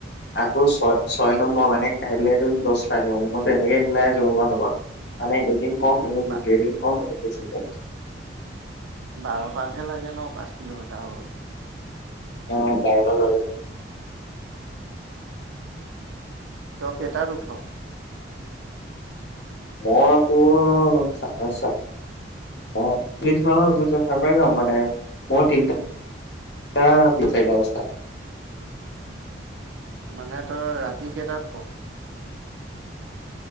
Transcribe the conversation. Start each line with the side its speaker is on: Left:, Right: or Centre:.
Left: আকৌ ছয় ছয় নম্বৰ মানে কাইলৈ দৌৰিম দহ পাক মানে, মই তেনেকে মিলাই আছো গ'ম পোৱানে নোপোৱা মানে এদিন কম এদিন
Right: বা
Left: বেছি এদিন কম এদিন বেছি এনেকে।
Right: বাৰ পাকহে লাগে ন পাঁচ কিলোমিটাৰ হবলৈ।
Left: অ বাৰটা লৈকে
Right: তই কেইটাত উঠ
Left: মই তোৰ <unintelligible> মানৰ উঠো যে সাৰ পাই যাওঁ মানে মইয়ো তিনিটা টা চাৰিটা পাচটা
Right: মানে তই ৰাতি কেই তাত হুব?